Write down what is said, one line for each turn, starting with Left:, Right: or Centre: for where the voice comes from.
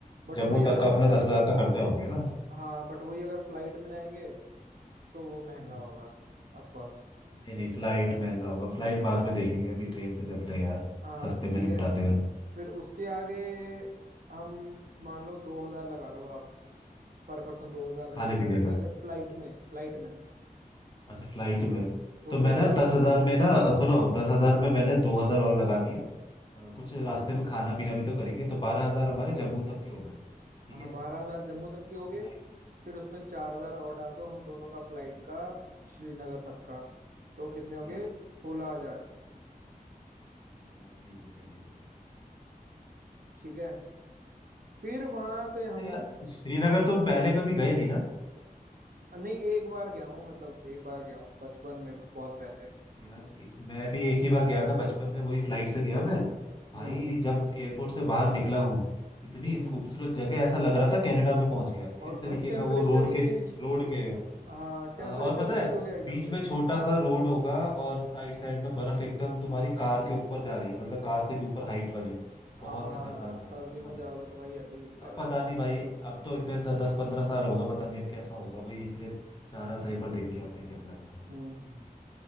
Right: बट
Left: जम्मू
Right: वही अगर
Left: तक का
Right: हम
Left: अपना दस हजार का खर्चा हो गया ना
Right: हाँ बट वही अगर फ्लाइट में जाएंगे तो वो महंगा
Left: हम्म।
Right: होगा ऑफ कोर्स
Left: नहीं नहीं फ्लाइट महंगा होगा फ्लाइट बाद में देखेंगे अभी ट्रेन से चलते हैं यार
Right: हाँ
Left: सस्ते में
Right: ठीक
Left: निपटाते
Right: है
Left: हैं
Right: फिर उसके आगे हम मान लो दो हजार लगा लो आप पर पर्सन दो हजार
Left: खाने
Right: लगेगा
Left: पीने
Right: उसके
Left: का
Right: आगे फ्लाइट में फ्लाइट में
Left: अच्छा फ्लाइट में
Right: दो
Left: तो
Right: दो
Left: मैं
Right: हजार
Left: ना दस
Right: की
Left: हजार में ना सुनो दस हजार में मैंने दो हजार और लगा दिए अ, कुछ रास्ते में खाना पीना भी तो करेंगे तो बारह हजार हमारे जम्मू तक के हो गए ठीक
Right: हाँ
Left: है
Right: बारह हजार जम्मू तक के हो गए
Left: फ्लाइट
Right: फिर उसमें चार हजार और डाल दो हम दोनों का फ्लाइट का श्रीनगर तक का तो कितने हो
Left: ठीक
Right: गए
Left: है
Right: सोलह हजार
Left: हाँ ठीक है सही हो गया
Right: ठीक है फिर वहां से हम
Left: अच्छा यार श्रीनगर तुम पहले कभी गए नहीं ना
Right: नहीं एक बार गया हूँ मतलब एक बार गया हूँ बचपन में बहुत पहले
Left: यार ए- मैं भी एक ही बार गया था बचपन में वही फ्लाइट से गया मैं
Right: हम्म
Left: भाई जब एयरपोर्ट से बाहर निकला हूँ इतनी
Right: हम्म
Left: खूबसूरत जगह ऐसा लग रहा था कनाडा में पहुंच गया
Right: और
Left: इस
Right: भाई
Left: तरीके
Right: टेम्परेचर
Left: का वो रोड
Right: ही
Left: के
Right: चेंज
Left: रोड के
Right: हाँ टेम्परेचर
Left: हाँ और पता
Right: चेंज
Left: है
Right: हो गया एकदम
Left: बीच
Right: से
Left: में छोटा सा रोड होगा और साइड साइड में बर्फ एकदम तुम्हारी कार के ऊपर जा रही है मतलब कार से भी ऊपर हाइट वाली
Right: हाँ
Left: बहुत खतरनाक
Right: हाँ हाँ सर्दियों
Left: था मजा
Right: में
Left: आ गया
Right: जाओगे
Left: था
Right: तो भाई ऐसा ही होता है
Left: अब
Right: भाई
Left: पता नहीं भाई अब तो इतने सा, दस पंद्रह साल होगा पता नहीं अब कैसा होगा वही इसलिए चाह रहा था एक बार देख के आते हैं कैसा है
Right: हम्म